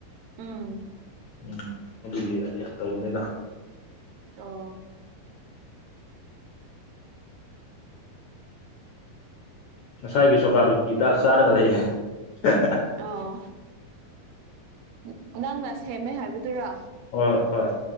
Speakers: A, on the right; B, on the left.
A: ꯎꯝ
B: <unintelligible> ꯑꯗꯨꯒꯤ ꯑꯦꯠ ꯇꯧꯕꯅꯦꯗ
A: ꯑꯣ <inaudible>
B: ꯉꯁꯥꯏꯒꯤ ꯁꯣꯀꯥ ꯔꯨꯇꯤꯗ ꯆꯥꯔꯒ ꯂꯩꯌꯦ <unintelligible>
A: ꯑꯣ <unintelligible> ꯅꯪꯅ ꯁꯦꯝꯃꯦ ꯍꯥꯏꯕꯗꯨꯔꯣ
B: ꯍꯣꯏ ꯍꯣꯏ